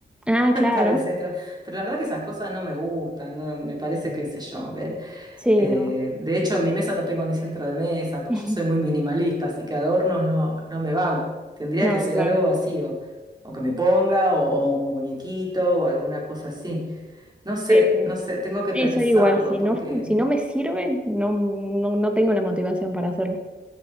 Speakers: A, in the centre; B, on the right.
A: Ah, claro.
B: <laughs> para el centro, pero la verdad que esas cosas no me gustan, no, me parece que sé yo, ¿ves?
A: Sí,
B: Eh,
A: no.
B: de hecho, en mi mesa no tengo ni centro de mesa, porque
A: <laughs>
B: yo soy muy minimalista, así que adornos no, no me van. Tendría
A: No,
B: que ser
A: claro.
B: algo así, o, o que me ponga, o, o un muñequito, o alguna cosa así. No sé,
A: Sí, sí.
B: no sé, tengo que
A: Sí,
B: pensarlo,
A: soy igual. Si
B: porque
A: no, si no me sirve, no, no, no tengo la motivación para hacerlo.